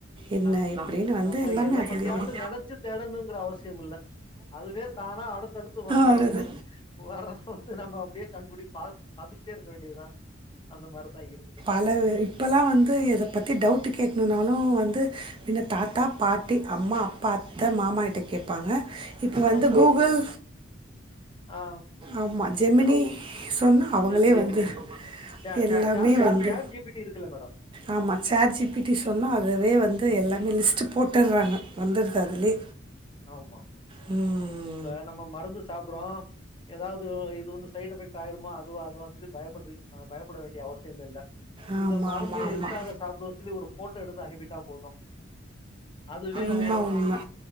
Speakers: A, on the right; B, on the left.
A: என்ன
B: ந
A: இப்படின்னு வந்து
B: நம்ம
A: எல்லாமே
B: எத
A: அதுலேயே
B: பத்தியாவ்து நெனச்சு தேடணுங்கற அவசியம் இல்ல அதுவே தானா அடுத்தடுத்து வந்துருது
A: வருது
B: வரம்போது நம்ம அப்டியே கண் கூடி பாத் பாத்துக்கிட்டே இருக்க வேண்டியதுதா அந்த மாரிதா இருக்கு
A: அளவு இப்பல்லா வந்து எத பத்தி டவுட்டு கேக்குணுனாலு வந்து எங்க தாத்தா பாட்டி அம்மா அப்பா அத்த மாமாகிட்ட கேப் ருப்பாங்க இப்ப வந்து
B: ஆமா.
A: கூகுள்
B: ஆ,
A: ஆமா ஜெமினி சொன்னா அவங்களே
B: ஜெமினி,
A: வந்து
B: கூகுள். ச
A: எல்லாமே
B: சாபி
A: வந்து
B: சாட் ஜிபிடி இருக்குல்ல மேடம்.
A: ஆமா சாட்ஜிபிட்டி சொன்னா அதுவே
B: ம்.
A: வந்து எல்லாமே லிஸ்ட் போட்டறாங்க வந்துடுது அதுலே
B: ஆமா
A: ம்
B: இப்ப நம்ம மருந்து சாப்றோ ஏதாவது இது வந்து சைட் எஃபெக்ட் ஆயிடுமோ அதுவா அதுவா சொல்லி பயப்பட பயப்பட வேண்டிய அவசியம் இல்ல
A: ஆமா
B: இந்த மருந்து
A: ஆமா
B: எதுக்காக
A: ஆமா
B: சாப்புடுவோம் சொல்லி ஒரு போட்டோ எடுத்து அனுப்பிட்டா போதும் அதுவே
A: உண்மை
B: ஓ
A: உண்மை